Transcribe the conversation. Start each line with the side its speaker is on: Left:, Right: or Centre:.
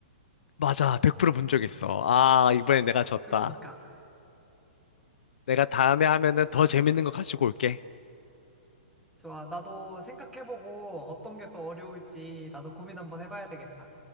Left: 맞아, 100%본 적 있어. 아, 이번엔 내가
Centre: 아,
Left: 졌다.
Centre: 그러니까.
Left: 내가 다음에 하면은 더
Centre: 아,
Left: 재밌는 거 가지고 올게.
Centre: 좋아. 나도 생각해보고 어떤 게 또 어려울지 나도 고민 한번 해봐야 되겠다.